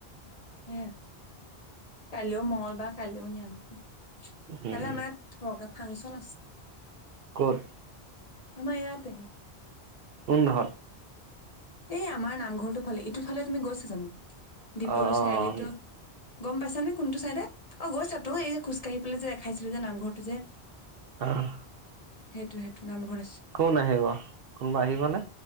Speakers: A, on the left; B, on the right.
A: সেয়া কাইলৈও মগলবাৰ, কাইলৈও নিৰামিষে।
B: উম
A: কালা মাত বগা, ফাংচন আছে।
B: ক' ত?
A: আমাৰ ইয়াতে
B: কোন ঘৰত,
A: এই আমাৰ নামঘৰটো ফালে সটোফালে তুমি গৈছা জানোঁ? দীপলু
B: অ অ
A: চাৰি আলিতো
B: আহ
A: গম পাইছ নে কোনটো চাইডে? অ গৈছা তো, এই যে খোজকাাঢ়ি পেলাই যে দেখাইছিলো যে নামঘৰটো যে
B: আহ।
A: সেইটো, সেইটো নামঘৰ
B: কোন আহিব কোনোবা আহিবনে